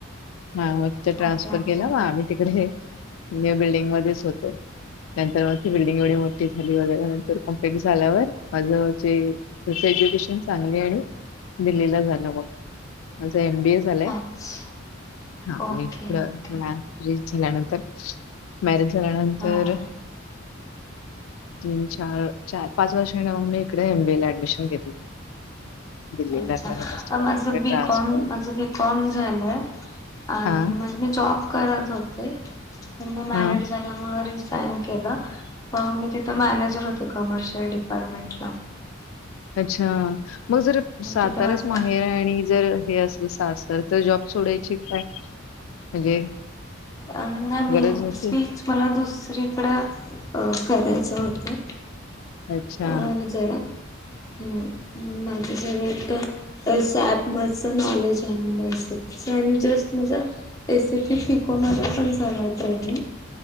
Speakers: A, on the left (about 85°); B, on the left (about 15°).
A: म मग ते ट्रान्सफर
B: ओके ओके
A: केला व आम्ही तिकडे, न्यू बिल्डिंग मध्येच होतो. नंतर मग ती बिल्डिंग एवढी मोठी झाली वगैरे नंतर कम्प्लेट झाल्यावर, आझवायचे तसं एजुकेशन चांगली आणि दिल्लीला झालं मग, माझं एम बी ए झालंय.
B: अच्छा
A: हा मी
B: ओके
A: पुढं
B: ओके
A: मॅॅरज झाल्यानंतर, मॅरेज झाल्यानंतर
B: हा हा.
A: तीन चार, चार पाच वर्षांन मी इकडे एम बी ए ला ऍडमिशन घेतलं. दिल्लीला
B: अच्छा,
A: कारण मिस्टरांचं
B: माझं
A: इकडे
B: बीकॉम,
A: ट्रान्सफर
B: माझं बीकॉम कॉम झालंय, आणि
A: हा
B: मग मी जॉब करत होते. मग मी
A: हा
B: मॅरड झा म रिसाइन केलं, अ मी तिथं मॅनेजर होते कमर्शियल डिपार्टमेंटला.
A: अच्छा, मग जर साताराच
B: तिथे माझं
A: माहेर आणि जर हे असं जर सासरचा जॉब सोडायची काय, म्हणजे
B: अ नाही मी,
A: गरज होती
B: स्वीटस मला दुसरीकडं, अ करायचं होतं.
A: अच्छा
B: होय जरा, ह माझं सगळं तर असं ॲप मच नॉलेज आहे. मला एसीच आणि जस्ट माझं ए सी पी फिकोमध्ये पण झाला आहे ट्रेनिंग.